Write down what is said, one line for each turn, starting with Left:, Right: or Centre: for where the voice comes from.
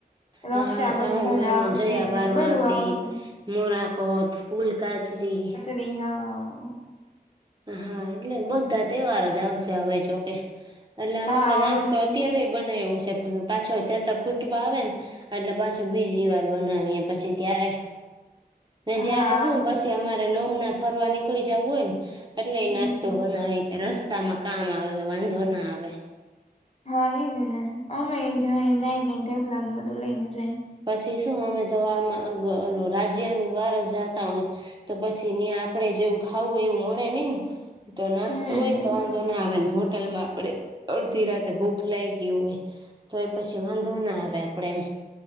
Left: રક્ષાબંધન
Right: હા શ્રાવણ મહિનો
Left: આવશે
Right: જયા પાર્વતી
Left: ને બધું આવશે
Right: મોરાકોટ ફૂલ કાચરી
Left: ફ હા
Right: હા એટલે બધા તહેવાર જ આવશે હવે જોકે એટલે અમે
Left: હા
Right: તો નાસ્તો
Left: ઓલું
Right: અત્યારે બનાવ્યું છે પણ પાછો ત્યાં તો ખૂટવા આવે ને એટલે પાછો બીજી વાર બનાવીએ પછી ત્યારે જયારે
Left: હા
Right: શું પછી અમારે નમના ફરવા નીકળી જવું હોય ને એટલે એ
Left: હમ
Right: નાસ્તો બનાવે કે રસ્તામાં કામ આવે વાંધો ના આવે
Left: હા એ જ ને અમે જ થાય પ્લાન બધું લઈ ને જાય
Right: પછી શું અમે તો આ રાજ્યની બાર જાતા હોય તો પછી ્યાં આપડે જેવું ખાવું એવું મળે નહ ને તો નાસ્તો
Left: હમ
Right: હોય ને તો વાંધો ના આવે ને હોટલમાં આપડે અડધી રાતે ભૂખ લાગ ગય હોય તો એ પછી વાંધો ના આવે આપણેે એમ